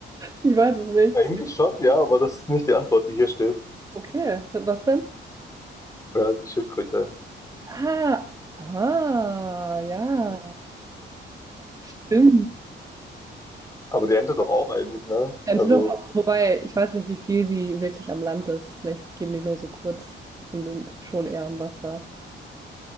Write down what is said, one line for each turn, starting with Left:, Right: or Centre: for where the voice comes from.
Right: Ich weiß es nicht.
Left: Eigentlich schon, ja, aber das ist nicht die Antwort, die hier steht.
Right: Okay, was denn?
Left: Ja, die Schildkröte.
Right: Ah, ah, ja, stimmt.
Left: Aber die Ente doch auch eigentlich, ne?
Right: Antelope,
Left: Also,
Right: wobei ich weiß nicht, wie viel sie wirklich am Land ist. Vielleicht gehen die nur so kurz und sind schon eher am Wasser.